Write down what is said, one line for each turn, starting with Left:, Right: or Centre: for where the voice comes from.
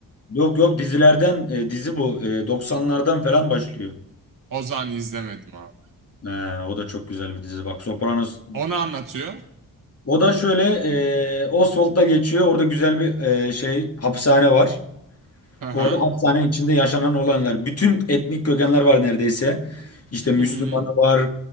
Left: Yok yok dizilerden e, dizi bu. E, 90'lardan falan başlıyor.
Right: Ozan'ı izlemedim abi.
Left: Ee, o da çok güzel bir dizi. Bak Sopranos
Right: Onu anlatıyor.
Left: O da şöyle e, Oswald'da geçiyor. Orada güzel bir e, şey hapishane var.
Right: Hı hı.
Left: Orada hapishanenin içinde yaşanan olanlar. Bütün etnik kökenler var neredeyse. İşte Müslümanı
Right: Hı hı.
Left: var,